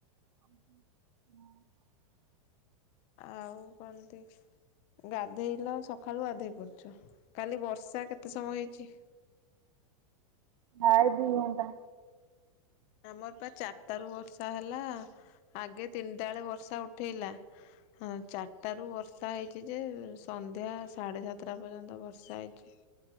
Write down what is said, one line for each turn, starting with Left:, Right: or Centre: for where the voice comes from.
Right: ହୁଁ ହୁଁ। ହଁ।
Left: ଆଉ କଣ କି ଗାଧେଇଲ ସକାଳୁ ଗାଧେଇ ପଡୁଛ? କାଲି ବର୍ଷା କେତେ ସମୟ ହେଇଛି?
Right: ପ୍ରାୟେ ଦି ଘଣ୍ଟା।
Left: ଆମର ପା ଚାରିଟାରୁ ବର୍ଷା ହେଲା ଆଗେ ତିନିଟା ବେଳେ ବର୍ଷା ଉଠେଇଲା। ହଁ ଚାରିଟାରୁ ବର୍ଷା ହେଇଛି ଯେ ସନ୍ଧ୍ୟା ସାଢ଼େ ସାତଟା ପର୍ଯ୍ୟନ୍ତ ବର୍ଷା ହେଇଛି।